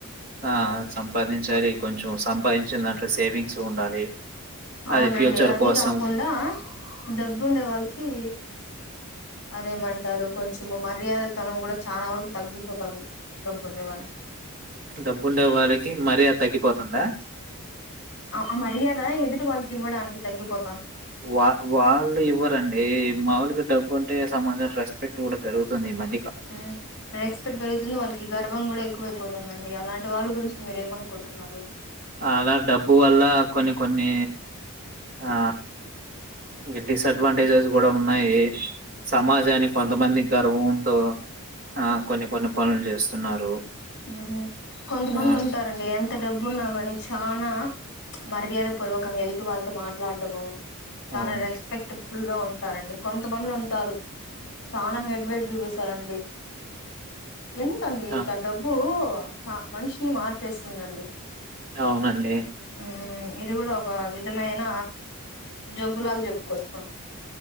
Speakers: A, on the right (about 40°); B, on the left (about 55°).
A: ఆ సంపాదించాలి కొంచెం సంపాదించిన దాంట్లో సేవింగ్స్ ఉండాలి
B: అవునండి
A: అది ఫ్యూచర్
B: అది
A: కోసం.
B: గాకుండా డబ్బుండే వాల్కీ అదేమంటారు కొంచెం మర్యాదతనం గూడా చానా వరకు తగ్గిపోతాం డబ్బుండే వాళ్ళీకీ
A: డబ్బుండే వాళ్ళకి మర్యధ తగ్గిపోతుందా
B: ఆ మర్యాద ఎదుటి వాళ్ళకి ఇవ్వడానికి తగ్గిపో
A: వా వాళ్ళు ఇవ్వరండి మావులుగా డబ్బుంటే సమాజం రెస్పెక్ట్ గూడా పెరుగుంది ఈ మ
B: మ్ రక్స్పెక్ట్ పెర్గుతుంది వాళ్ళకి గర్వం గూడా ఎక్కువైపోతుందండి అలాంటి వాళ్ళ గురించి మీరేంమనుకుంటున్ కన్నక్
A: అలా డబ్బు వల్ల కొన్ని కొన్నీ ఆ ఇ డిసడ్వాంటేజెస్ కూడా ఉన్నాయి సమాజానికి కొంతమంది ప్రభూంతో ఆ కొన్ని కొన్ని పనులు చేస్తున్నారు
B: మ్ కొంతమంది
A: ఆ
B: ఉంటారండి ఎంత డబ్బున్నా గాని చానా మర్యాద పూర్వకంగా ఎదుటి వాళ్ళతో మాట్లాడము చనా
A: అవును
B: రెస్పెక్ట్ఫుల్ గా ఉం సరేనండి కొంతమంది ఉంటారు చనా హెడ్ వెెట్ చూపిస్తరండి ఎందుకండి ఇట్ట
A: ఆ
B: డబ్బు చ మనిషిని మార్చేస్తుందండి
A: అవునండి
B: మ్ ఇది గూడ ఒక విధమైన జబ్బులాగా చెప్పుకోవచ్చు మనం